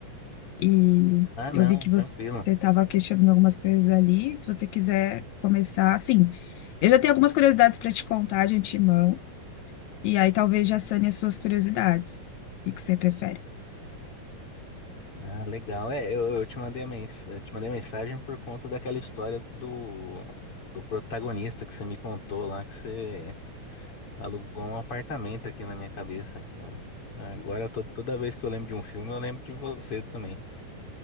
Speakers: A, on the left; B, on the left.
A: E
B: Ah,
A: eu
B: não,
A: vi que
B: tranquilo.
A: você estava questionando algumas coisas ali. Se você quiser começar, assim, eu já tenho algumas curiosidades para te contar de antemão, e aí talvez já sane as suas curiosidades. O que que você prefere?
B: Ah, legal. É, eu, eu te mandei a mens eu te mandei mensagem por conta daquela história do, do protagonista que você me contou lá, que você alugou um apartamento aqui na minha cabeça. Agora, to- toda vez que eu lembro de um filme, eu lembro de você também.